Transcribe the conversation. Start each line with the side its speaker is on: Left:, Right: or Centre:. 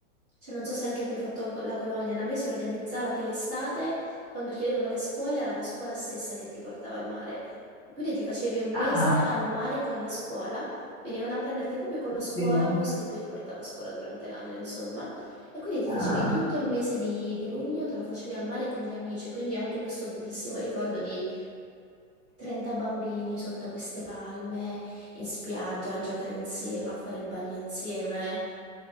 Right: Cioè, non so se anche tu hai fatto la colonia, da me si organizzava che l'estate quando chiedevano le scuole, era la scuola stessa che ti portava al mare. Quindi ti facevi un mese
Left: Ah,
Right: al mare con la scuola, venivano a prenderti proprio con lo scuolabus
Left: bellissimo.
Right: che poi ti portava a scuola durante l'anno, insomma. E quindi ti
Left: Ah,
Right: facevi tutto il mese di, di luglio, te lo facevi al mare con gli amici. Quindi ho anche questo bellissimo ricordo di 30 bambini sotto queste palme, in spiaggia, a giocare insieme, a fare il bagno insieme.